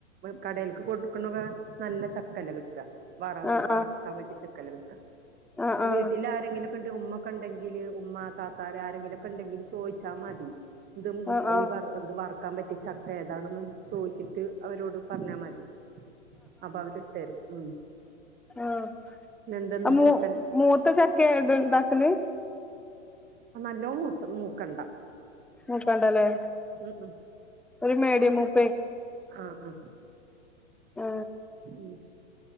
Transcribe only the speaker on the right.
കടയിലേക്ക് കൊടുക്കണക്കെ നല്ല ചക്കല്ല കിട്ടുക വ
വറക്കാൻ പറ്റി ചെക്കല കട്ട
വീട്ടിൽ ആരെങ്കിലും ണ്ട് ഉമ്മക്കെ ഉണ്ടെങ്കില് ഉമ്മ താത്താർ ആരെങ്കിലുംക്കെ ഉണ്ടെങ്കില് ചോദിച്ചാൽ മതി ഇത്
ഈ വത് വറക്കാൻ പറ്റിയ ചക്ക ഏതാണെന്ന് ചോദിച്ചിട്ട് അവരോട് പറഞ്ഞാ മതി അപ്പൊ അവര്ട്ടരും ഉം
പിന്നെന്തെന്ന്
ഉച്ചക്കൽത്ത്
നല്ലോ മൂ മൂക്കണ്ട
ഉം
ആആ
ഉം